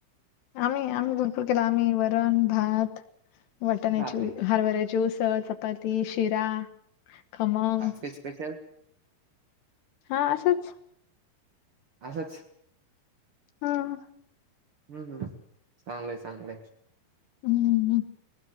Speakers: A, on the left; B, on the right.
A: आम्ही आम्ही गुरपूर केलं आम्ही वरण भात. वाटण्याची
B: बापरे
A: हरबऱ्याची ऊसळ, चपाती, शिरा. खमंग
B: आज काय स्पेशल
A: हा असंच.
B: असंच
A: हां
B: हम्म हम्म चांगलं आहे, चांगलं आहे.
A: हां हां